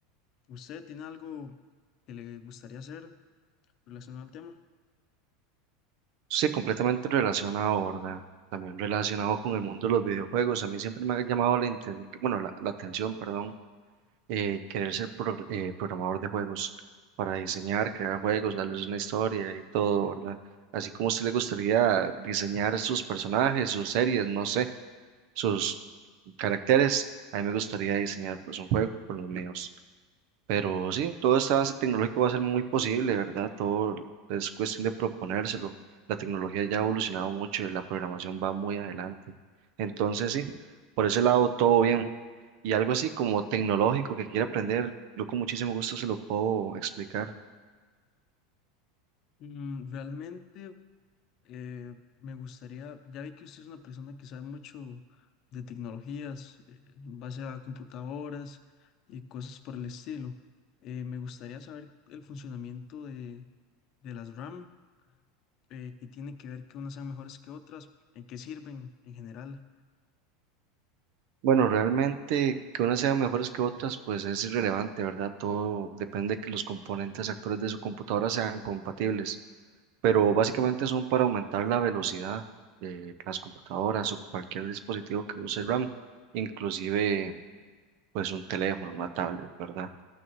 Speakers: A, on the left; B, on the right.
A: ¿Usted tiene algo que le gustaría hacer relacionado al tema?
B: Sí, completamente relacionado, ¿verdad? También relacionado con el mundo de los videojuegos. A mí siempre me ha llamado la, inten- bueno, la, la atención, perdón, eh, querer ser pro- eh, programador de juegos para diseñar, crear juegos, darles una historia y todo, ¿verdad? Así como a usted le gustaría diseñar sus personajes, sus series, no sé, sus caracteres, a mí me gustaría diseñar pues un juego con los míos. Pero sí, todo este avance tecnológico va a ser muy posible, ¿verdad? Todo es cuestión de proponérselo. La tecnología ya ha evolucionado mucho y la programación va muy adelante. Entonces, sí, por ese lado todo bien. Y algo así como tecnológico que quiera aprender, yo con muchísimo gusto se lo puedo explicar.
A: Mm, realmente eh, me gustaría, ya vi que usted es una persona que sabe mucho de tecnologías, eh, en base a computadoras y cosas por el estilo. Eh, me gustaría saber el funcionamiento de las RAM, eh, que tiene que ver que unas sean mejores que otras, en qué sirven en general.
B: Bueno, realmente que unas sean mejores que otras, pues es irrelevante, ¿verdad? Todo depende de que los componentes actores de su computadora sean compatibles. pero básicamente son para aumentar la velocidad de las computadoras o cualquier dispositivo que use RAM, inclusive pues un teléfono, una tablet, ¿verdad?